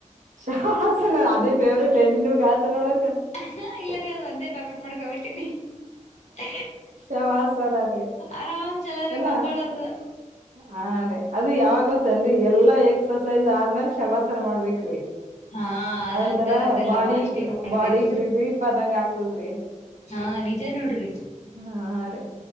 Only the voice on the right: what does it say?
ಸಾ ಸರ್ ನ ಅದೇ ಫೇವ್ರೇಟ್ ಎಲ್ಲಿ ನಿಮ್ಗೆ ಹಾಸನ್ ನೋಡಕ
ಶವಾಸನ ರೀ
ಎಲ್ಲ
ಹಾ ರೀ ಅದ ಯಾವಾಗ ಗೋತ್ತನ್ರಿ ಎಲ್ಲಾ ಎಕ್ಸಸೈಸ್ ಆದ್ಮ್ಯಾಲ ಶವಾಸನ ಮಾಡ್ಬೇಕರೀ
ಅದೊಂಂತರಾ
ಬಾಡಿಗ್
ಬಾಡಿಗ್ ರಿಲೀಫ್ ಅದಂಗ ಆಗ್ತದ್ರಿ
ಹಾ ರೀ